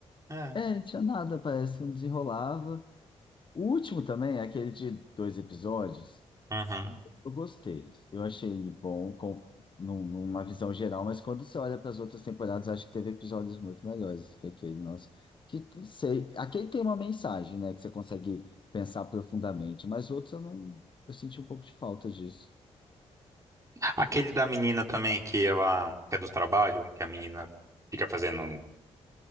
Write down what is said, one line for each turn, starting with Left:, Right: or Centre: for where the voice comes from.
Right: É.
Left: É, tinha nada, parece, que não desenrolava. O último também, é aquele de dois episódios,
Right: Uhum.
Left: eu gostei. Eu achei bom com, num- numa visão geral, mas quando você olha para as outras temporadas, acho que teve episódios muito melhores que aquele nosso. Que não sei. Aquele tem uma mensagem, né? Que você consegue pensar profundamente, mas outros eu não. Eu senti um pouco de falta disso.
Right: Aquele da menina também, que ela que é do trabalho, que a menina fica fazendo